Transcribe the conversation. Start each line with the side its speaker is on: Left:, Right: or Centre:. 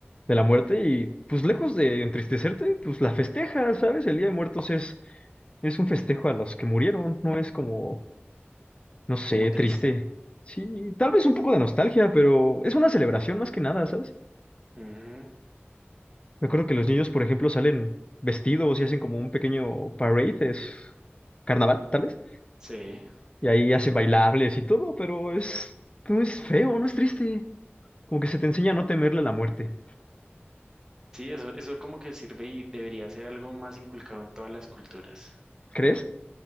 Left: de la muerte y pues lejos de entristecerte, pues la festejas, ¿sabes? El Día de Muertos es, es un festejo a los que murieron, no es como, no sé,
Right: como triste.
Left: triste. Sí, tal vez un poco de nostalgia, pero es una celebración más que nada, ¿sabes?
Right: Ujú,
Left: Me acuerdo que los niños, por ejemplo, salen vestidos y hacen como un pequeño parade, es carnaval, tal vez,
Right: Sí,
Left: y ahí hacen bailables y todo, pero es, no es feo, no es triste, como que se te enseña a no temerle a la muerte.
Right: sí, eso, eso como que sirve y debería ser algo más inculcado en todas las culturas.
Left: ¿Crees?